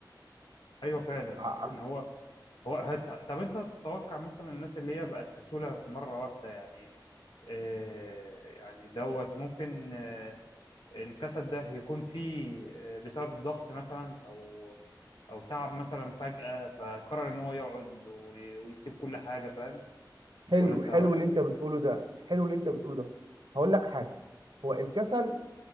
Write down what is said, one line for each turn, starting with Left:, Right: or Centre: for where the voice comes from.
Left: ايوه فعلا
Right: ع-
Left: اه يعني
Right: عكس
Left: هو هو هت... طب انت تتوقع مثلا الناس اللي هي بقت كسولة مرة واحدة يعني آه يعني دوت ممكن آه الكسل ده يكون فيه آه بسبب ضغط مثلا او او تعب مثلا فجأة فقرر ان هو يقعد وي... ويسيب كل حاجة فاهم
Right: حلو
Left: ولا انت
Right: حلو
Left: رأيك
Right: اللي انت
Left: ايه؟
Right: بتقوله ده حلو اللي انت بتقوله ده هقول لك حاجه هو الكسل